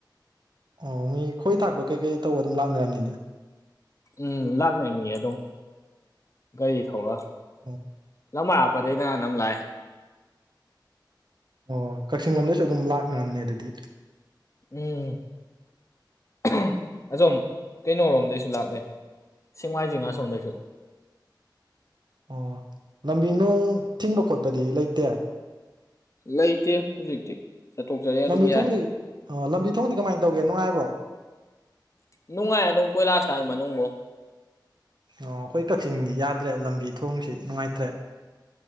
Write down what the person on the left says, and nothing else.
ꯎꯝ ꯂꯥꯛꯅꯩ ꯃꯤ ꯑꯗꯨꯝ ꯒꯥꯔꯤ ꯊꯧꯔ
ꯂꯝꯃꯥꯏ ꯍꯥꯞꯄꯗꯩꯅ ꯅꯝ ꯂꯥꯛꯑꯦ
ꯎꯝ <unintelligible> ꯑꯁꯣꯝ ꯀꯩꯅꯣꯔꯣꯝꯗꯩ ꯁꯨ ꯂꯥꯛꯅꯩ ꯁꯦꯡꯃꯥꯏꯖꯤꯡ ꯑꯁꯣꯝꯗꯩꯁꯨ
ꯂꯩꯇꯦ ꯍꯧꯖꯤꯛꯇꯤ ꯆꯊꯣꯛꯆꯔꯤ ꯑꯗꯨꯝ
ꯌꯥꯏ
ꯅꯨꯡꯉꯥꯏ ꯑꯗꯨꯝ ꯀꯣꯏꯂꯥꯁ ꯊꯥꯏ ꯃꯅꯨꯡꯕꯧ ꯫